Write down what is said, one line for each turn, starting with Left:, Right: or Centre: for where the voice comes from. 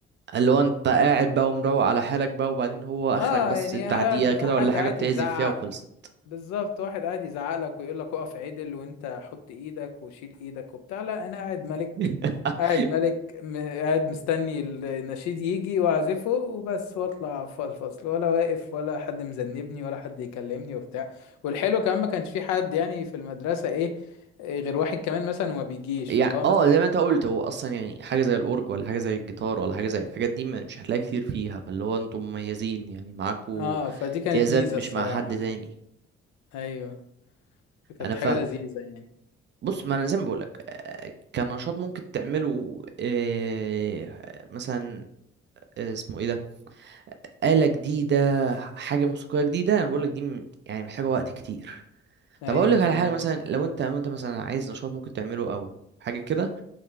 Right: اللي هو انت قاعد بقى ومروق على حالك بقى وبعدين هو
Left: اه
Right: اخرك بس
Left: يعني
Right: بتاع
Left: هقعد-
Right: دقيقه كده
Left: حد
Right: ولا حاجه
Left: قاعد
Right: بتعزف
Left: يزعق
Right: فيها وخلصت
Left: بالظبط واحد قاعد يزعق لك ويقول لك اقف عدل وانت حط ايدك وشيل ايدك وبتاع لا انا قاعد ملك
Right: <laughs>
Left: قاعد ملك م... قاعد مستني النشيد يجي واعزفه وبس واطلع ف- الفصل ولا واقف ولا حد مذنبني ولا حد يكلمني وبتاع والحلو كمان ما كانش في حد يعني في المدرسة ايه إيه غير واحد كمان مثلا وما بيجيش
Right: يعني
Left: فاللي هو
Right: اه
Left: مثلا
Right: زي ما انت قلت هو اصلا يعني حاجه زي الاورج ولا حاجه زي الجيتار ولا حاجه زي الحاجات دي ما- مش هتلاقي كتير فيها فاللي هو انتم مميزين يعني معاكوا
Left: اه فدي كانت
Right: امتيازات
Left: ميزة
Right: مش
Left: الصراحة
Right: مع حد تاني
Left: ايوه كانت
Right: انا
Left: حاجة
Right: فاهم
Left: لذيذة يعني
Right: بص ما انا زي ما بقولك آه، كنشاط ممكن تعمله آه، مثلا آه، اسمه ايه ده آلة جديدة حاجة موسيقية جديدة انا بقولك دي م- يعني محتاجة وقت كتير
Left: ايوه
Right: طب اقولك
Left: فاهمك
Right: على حاجة مثلا لو انت لو انت مثلا عايز نشاط ممكن تعمله او حاجة كده